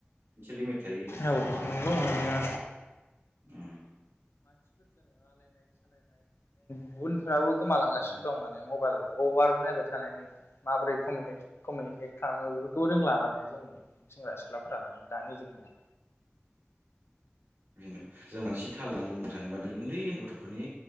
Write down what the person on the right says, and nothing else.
मोनसे लिमिट थायो
उम
बांसिन
बेनो जों बांसिन थाल लाबा मोजांबादि ओन्दै ओन्दै गथ'फोरनि